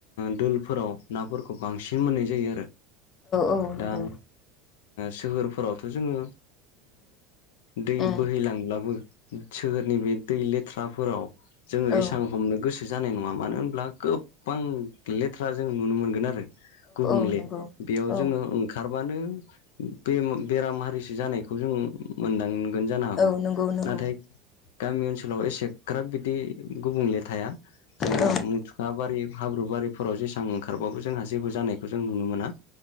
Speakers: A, on the left; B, on the left.
A: दुबुलि फोराव नाफोरखौ बांसिन मोननाय जायो आरो
B: औ नंगौ
A: दा सोहोरफोरावथ' जोङो दै
B: औ
A: बोहैलांब्लाबो सोहोरनि बे दै लेथ्राफोराव जोङो
B: औ
A: एसां हमनो गोसो जानाय नंङा मानो होनब्ला गोबां लेथ्रा जों नुनो मोनगोन आरो गुबुंले
B: औ नंगौ
A: बेयाव
B: औ
A: जोंङो ओंखारबानो बे बेराम हारिसो जानायखौ जों मोनदां जानो हागौ
B: औ नंगौ नंगौ
A: नाथाय गामि ओनसोलाव एसेग्राब बिदि गुबुंले थाया जोंङो
B: औ
A: मथ गाबारि हाब्रु बारिफोराव जेसां ओंखारबाबो जोंहा जेबो जानायखौ जों नुनो मोना